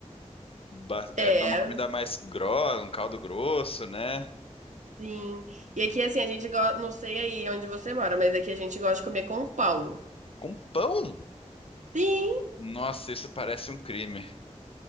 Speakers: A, on the left; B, on the right.
A: ba- é
B: É,
A: é uma comida mais grossa, um caldo grosso, né?
B: sim. E aqui, assim, a gente gosta, não sei aí onde você mora, mas aqui a gente gosta de comer com pão.
A: Com pão?
B: Sim!
A: Nossa, isso parece um crime.